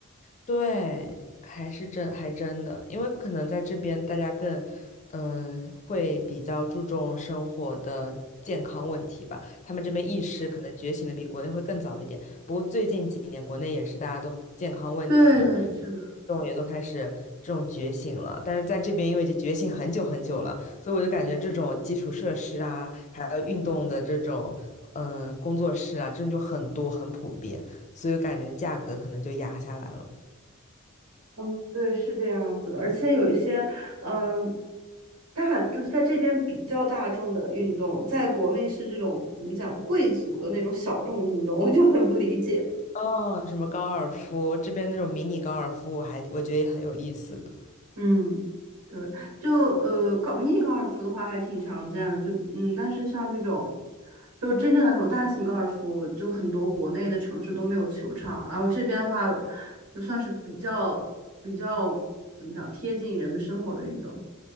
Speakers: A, on the left; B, on the right.
A: 对，还是真还真的，因为可能在这边大家更，嗯，会比较注重生活的健康问题吧。他们这边意识可能觉醒的比国内会更早一点。不过最近几年，国内也是大家都健康问题，
B: 对对，是的。
A: 运动也都开始这种觉醒了。但是在这边，因为已经觉醒很久很久了，所以我就感觉这种基础设施啊，还有运动的这种，嗯，工作室啊，真的就很多很普遍，所以感觉价格可能就压下来了。
B: 嗯，对，是这样子的，而且有一些，嗯，大就是在这边比较大众的运动，在国内是这种怎么讲贵族的那种小众运动，我就很不理解。
A: 哦，什么高尔夫，这边那种迷你高尔夫，我还我觉得也很有意思的。
B: 嗯，对，就呃高迷你高尔夫的话还挺常见的，就嗯，但是像这种，就真正的这种大型高尔夫，就很多国内的城市都没有球场，然后这边的话，就算是比较比较怎么讲贴近人们生活的运动，